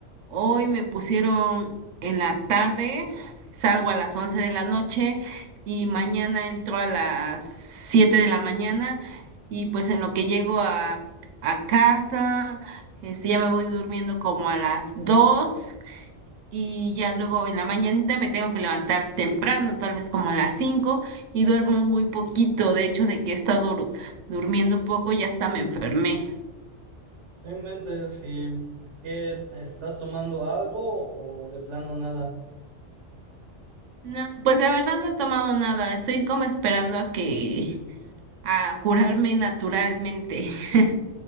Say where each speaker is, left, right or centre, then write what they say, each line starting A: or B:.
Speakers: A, on the right; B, on the right.
A: hoy me pusieron en la tarde, salgo a las 11 de la noche y mañana entro a las 7 de la mañana y pues en lo que llego a, a casa, este, ya me voy durmiendo como a las 2 y ya luego en la mañanita me tengo que levantar temprano, tal vez como a las 5 y duermo muy poquito. De hecho, de que he estado dur- durmiendo poco, ya hasta me enfermé.
B: No inventes, ¿y qué estás tomando algo o de plano nada?
A: No, pues la verdad no he tomado nada, estoy como esperando a que a curarme naturalmente. <laughs>